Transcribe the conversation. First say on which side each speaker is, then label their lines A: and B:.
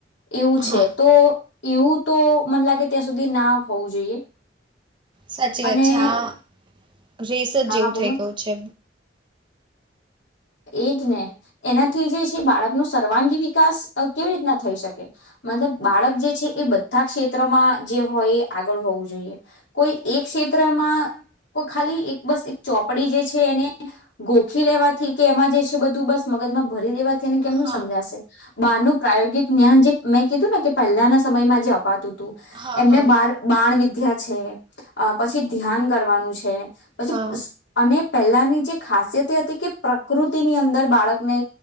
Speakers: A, on the left; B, on the right.
A: એવું
B: હા
A: છે તો એવું તો મને લાગે ત્યાં સુધી ના હોવું જોઈએ
B: સાચી
A: અને
B: વાત છે આ રેસ જ
A: હા
B: જેવું
A: હા બોલો
B: થઈ ગયું છે.
A: એજ ને એનાથી જે છે બાળકનો સર્વાંગી વિકાસ કેવી રીતના થઈ શકે મતલબ બાળક જે છે એ બધા ક્ષેત્રમાં જે હોય એ આગળ હોવું જોઈએ કોઈ એક ક્ષેત્રમાં કો ખાલી એક બસ એક ચોપડી જે છે એને ગોખી લેવા થી કે એમાં જે છે બધું બસ મગજમાં ભરી દેવા ને કેમનું
B: હા
A: સમજાશે બારનું પ્રાયોગિક જ્ઞાન જે મેં કીધું ને કે પહેલાના સમયમાં જે અપાતું હતું
B: હા
A: એમને
B: હા
A: બાણ બાણ વિધ્યા ધ્યા છે પછી ધ્યાન કરવાનું છે. પછી
B: હા
A: સ અને પહેલાની જે ખાસિયત એ હતી કે પ્રકૃતિની અંદર બાળકને